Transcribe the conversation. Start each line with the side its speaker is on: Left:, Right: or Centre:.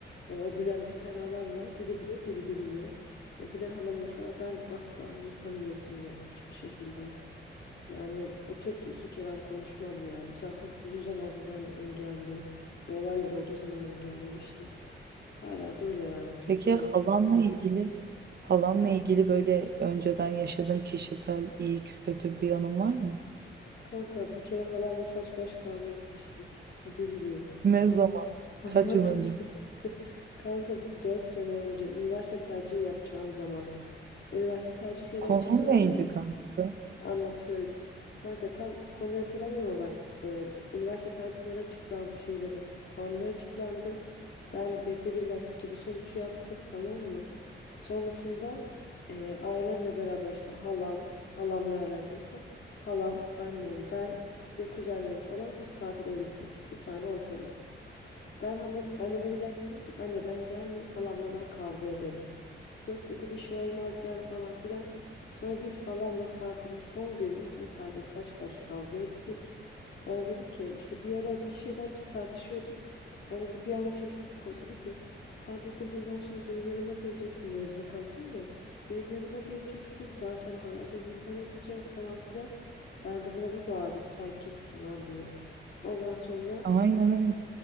Left: Yani o bilen bir tane halam var. Biri biliyor, biri bilmiyor. O bilen halam mesela ben asla bir samimiyetim yok hiçbir şekilde. Yani oturup da iki kelam konuşmam yani. Zaten uzun zamandır ben de engelli. Bu olaylar olduğu zaman engellemiştim. Hala da öyle yani. Çok
Right: Peki
Left: da
Right: halanla ilgili
Left: gerek yok.
Right: halanla ilgili böyle önceden yaşadığın kişisel iyi kötü bir yanın var mı?
Left: Kanka bir kere halamla saç baş kavga etmiştik. Bildiğin.
Right: Ne zaman?
Left: Hayatımda.
Right: Kaç yıl önce?
Left: <laughs> Kanka dört sene önce üniversite tercihi yapacağım zaman. Üniversite tercihleri
Right: Konu
Left: açıklandı.
Right: neydi kanka?
Left: Anlatıyorum. Kanka tam konuyu hatırlamıyorum ama bak e, üniversite tercihleri açıklandı şeyleri. Puanlar açıklandı. Ben beklediğimden kötü bir sonuç yaptım tamam mı? Sonrasında e, ailemle beraber işte halam, halam ne alakaysa halam, annem, ben bir de kuzenlerim falan biz tatile gittik. Bir tane otele. Ben ama anneme giderken dedim ki anne ben gelmeyeyim halamla ben kavga ederim. Yok dedi bir şey olmaz gel falan filan. Sonra biz halamla tatili son günü otelde saç baş kavga ettik. Bana dedi ki işte bir olay bir şeyden biz tartışıyorduk. Bana da bir anda sessizlik oldu. Dedi ki sen dedi bundan sonra benim yanıma geleceksin mezuna kalacağım ya. Benim yanıma geleceksin ben sana hayata zindan edeceğim falan filan. Ben de buna bir bağırdım sen kimsin lan diye. Ondan sonra
Right: Aynen
Left: biz
Right: öyle.